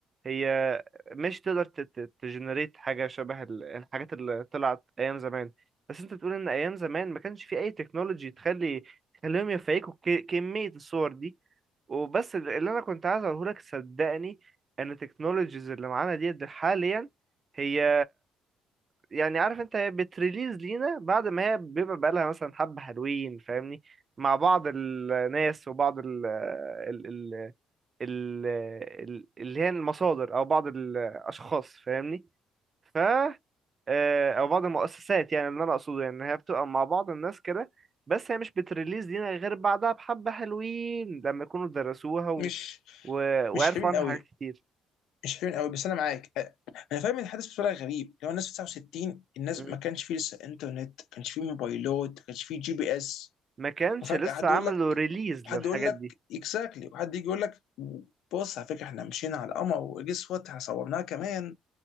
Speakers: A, on the right; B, on the left.
A: هي مش تقدر تجنريت حاجة شبه ال- الحاجات اللي طلعت أيام زمان بس أنت بتقول إن أيام زمان ما كانش في أي تكنولوجي تخلي تخليهم يفيكوا ك- كمية الصور دي وبس اللي أنا كنت عايز أقوله لك صدقني إن التكنولوجيز اللي معانا ديت حاليا هي يعني عارف انت هي بتريليز لينا بعد ما هي بيبقى بقالها مثلا حبة حلوين فاهمني مع بعض الناس وبعض ال ال ال ال ال- اللي هي المصادر او بعض الاشخاص فاهمني ف آه، او بعض المؤسسات يعني اللي انا اقصده يعني إن هي بتبقى مع بعض الناس كده بس هي مش بتريليز لينا غير بعدها بحبة حلوين لما يكونوا درسوها و...
B: مش
A: و... وعرفوا
B: مش حلوين
A: عنها
B: قوي
A: حاجات كتير
B: مش حلوين قوي بس انا معاك أ- انا فاهم ان الحدث بطريقه غريب لو الناس في 69 الناس
A: مم.
B: ما كانش فيه لسه انترنت ما كانش فيه موبايلات ما كانش فيه جي بي اس
A: ما كانش
B: وفجأة
A: لسه
B: حد
A: عملوا
B: يقول لك
A: ريليز للحاجات
B: وحد يقول لك
A: دي
B: اكزاكتلي وحد يجي يقول لك بص على فكره احنا مشينا على القمر وجس وات احنا صورناها كمان